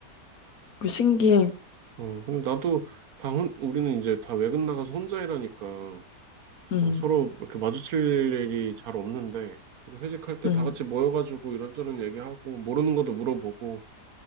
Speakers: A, on the left (about 60°); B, on the right (about 65°).
A: 그 신기해.
B: 어, 근데 나도 다 혼, 우리는 이제 다 외근 나가서 혼자 일하니까
A: 음,
B: 어, 서로 이렇게 마주칠 일이 잘 없는데, 그래도 회식할 때
A: 음,
B: 다 같이 모여가지고 이런저런 얘기하고, 모르는 것도 물어보고,